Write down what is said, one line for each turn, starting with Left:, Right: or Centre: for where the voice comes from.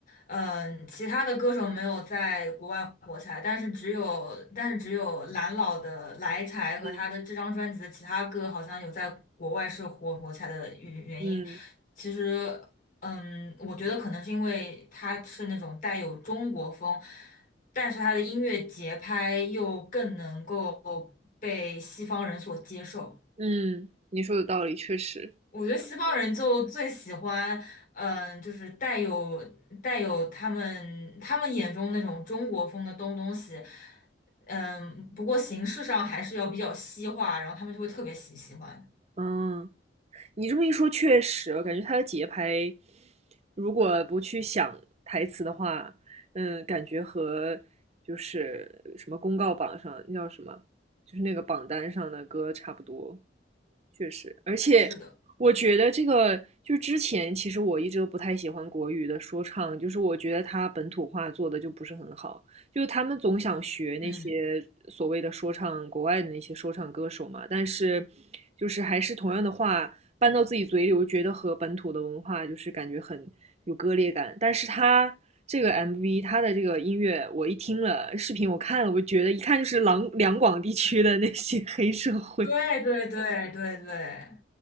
Left: 嗯、其他的歌手没有在国外火起来，但是只有，但是只有蓝老的《来财》和他的这张专辑的其他歌，
Right: 嗯
Left: 好像有在国外是火火起来的原原因。
Right: 嗯
Left: 其实，嗯，我觉得可能是因为他是那种带有中国风，但是他的音乐节拍又更能够被西方人所接受。
Right: 嗯，你说的道理确实。
Left: 我觉得西方人就最喜欢，嗯、就是带有带有他们他们眼中那种中国风的东东西，嗯，不过形式上还是要比较西化，然后他们就会特别喜喜欢。
Right: 嗯，你这么一说，确实，我感觉他的节拍，如果不去想台词的话，嗯，感觉和就是什么公告榜上那叫什么，就是那个榜单上的歌差不多。确实，而且
Left: 是的，
Right: 我觉得这个就是之前其实我一直都不太喜欢国语的说唱，就是我觉得他本土化做的就不是很好，就是他们总想学那些所谓的说唱国外的那些说唱歌手嘛，
Left: 嗯，
Right: 但是就是还是同样的话，搬到自己嘴里，我觉得和本土的文化就是感觉很有割裂感。但是他这个 MV，他的这个音乐，我一听了视频，我看了，我觉得一看就是两两广地区的那些 <laughs> 黑社会。
Left: 对对对对对，